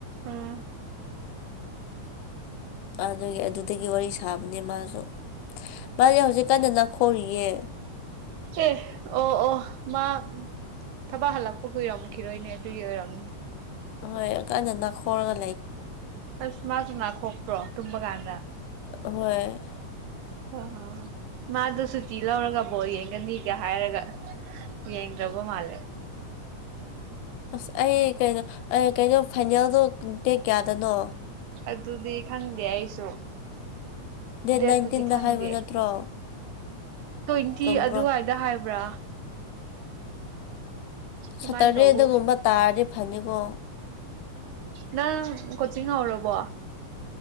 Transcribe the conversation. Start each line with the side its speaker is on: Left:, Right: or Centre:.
Right: ꯎꯝ
Left: ꯑꯗꯨꯒꯤ ꯑꯗꯨꯗꯒꯤ ꯋꯥꯔꯤ ꯁꯥꯕꯅꯦ ꯃꯥꯁꯨ ꯃꯥꯅꯦ ꯍꯧꯖꯤꯛ ꯀꯟꯅ ꯅꯥꯈꯣꯔꯤꯌꯦ
Right: ꯑꯦ ꯑꯣ ꯑꯣ ꯃꯥ ꯊꯕꯛ ꯍꯜꯂꯛꯄ ꯀꯨꯏꯔꯝꯈꯤꯔꯣꯏꯅꯦ ꯑꯗꯨꯒꯤ ꯑꯣꯏꯔꯝꯅꯦ
Left: ꯍꯣꯏ ꯀꯟꯅꯥ ꯅꯈꯣꯔꯥꯒ
Right: ꯑꯁ ꯃꯥꯁꯨꯨꯝ ꯅꯈꯣꯛꯄ꯭ꯔꯣ ꯇꯨꯝꯕ ꯀꯥꯟꯗ
Left: ꯍꯣꯏ
Right: ꯑꯣ ꯃꯥꯗꯣ ꯁꯨꯇꯤ ꯂꯧꯔꯒ ꯕꯣꯜ ꯌꯦꯡꯒꯅꯤꯒ ꯍꯥꯏꯔꯒ ꯌꯦꯡꯗꯔꯕ ꯃꯥꯂꯦ
Left: ꯑꯁ ꯑꯩ ꯀꯩꯅꯣ ꯀꯩꯅꯣ ꯐꯥꯏꯅꯦꯜꯗꯣ ꯗꯦꯛ ꯀꯌꯥꯗꯅꯣ
Right: ꯑꯗꯨꯗꯤ ꯈꯪꯗꯦ ꯑꯩꯁꯨ
Left: ꯗꯦꯠ
Right: ꯗꯦꯠꯄꯨꯗꯤ
Left: ꯅꯥꯏꯟꯇꯤꯟꯗ
Right: ꯈꯪꯗꯦ
Left: ꯍꯥꯏꯕ ꯅꯠꯇ꯭ꯔꯣ
Right: ꯇ꯭ꯋꯦꯟꯇꯤ
Left: ꯆꯨꯝꯕ꯭ꯔꯣ
Right: ꯑꯗꯨꯋꯥꯏꯗ ꯍꯥꯏꯕ꯭ꯔꯥ ꯑꯗꯨꯃꯥꯏꯅ
Left: ꯁꯇꯔꯗꯦ
Right: ꯇꯧꯕꯒꯨꯝ
Left: ꯑꯗꯨꯒꯨꯝꯕ ꯇꯥꯔꯗꯤ ꯐꯅꯤꯀꯣ
Right: ꯅꯪ ꯀꯣꯆꯤꯡ ꯍꯧꯔꯕꯣ